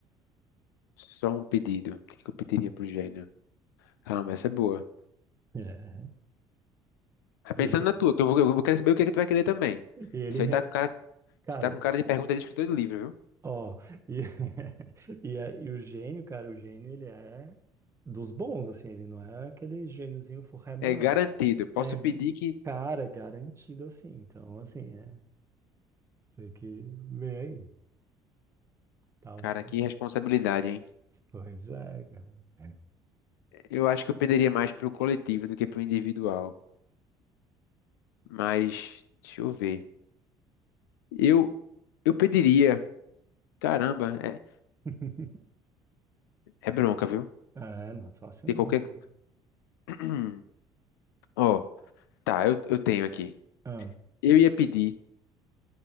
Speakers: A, on the left; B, on the right.
A: Só um pedido. O que que eu pediria pro gênio? Ah, mas essa é boa.
B: É.
A: Mas
B: Ele.
A: pensando na
B: <laughs>
A: tua, que eu vou, eu vou querer saber o que é que tu vai querer também.
B: E ele,
A: Isso
B: re-
A: aí tá com cara,
B: cara,
A: isso tá com cara de pergunta de escritor de livro, viu?
B: ó, e, <laughs> e, é- e o gênio, cara, o gênio, ele é dos bons, assim, ele não é aquele gêniozinho forreba,
A: É
B: não.
A: garantido. Posso
B: É,
A: pedir que
B: cara, garantido, assim, então, assim, é, tem que ver aí, tava,
A: Cara, que responsabilidade, hein?
B: pois é, cara.
A: Eu acho que eu perderia mais pro coletivo do que pro individual. Mas, deixa eu ver. Eu, eu pediria. Caramba, é,
B: <laughs>
A: é bronca, viu?
B: Ah, é, não é fácil
A: Tem
B: não,
A: qualquer.
B: cara.
A: <clears throat> Ó, tá, eu, eu tenho aqui.
B: Ah,
A: Eu ia pedir